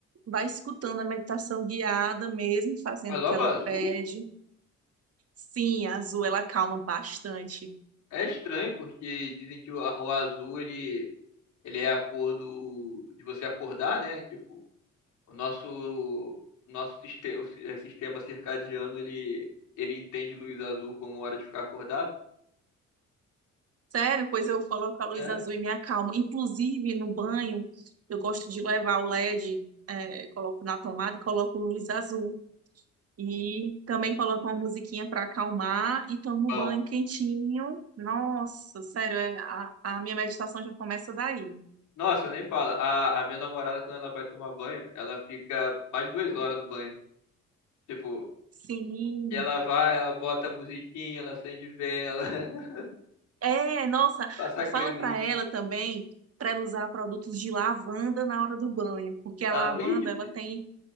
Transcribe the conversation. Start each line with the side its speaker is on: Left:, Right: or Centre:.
Right: vai escutando a meditação guiada mesmo, fazendo
Left: Mas logo
Right: o que ela
Left: azul
Right: pede. Sim, a azul ela acalma bastante.
Left: é estranho, porque dizem que o, a- o azul ele ele é acordo de você acordar, né? Tipo, o nosso o nosso sistema, o si-, eh, sistema circadiano ele ele entende luz azul como hora de ficar acordado.
Right: Sério, pois eu coloco a luz
Left: É.
Right: azul e me acalmo. Inclusive no banho, eu gosto de levar o LED, é, coloco na tomada e coloco luz azul. E também coloco uma musiquinha para acalmar e tomo
Left: Bom,
Right: um banho quentinho. Nossa, sério, é, a, a minha meditação já começa daí.
Left: nossa, eu nem fala. A, a minha namorada quando ela vai tomar banho, ela fica mais de duas horas no banho. Tipo,
Right: Sim.
Left: ela vai, ela bota a musiquinha, ela acende vela, <laughs>
Right: É, nossa,
Left: passa creminho,
Right: fala para ela também para ela usar produtos de lavanda na hora do banho, porque a
Left: lava.
Right: lavanda
Left: Ih, difícil.
Right: ela tem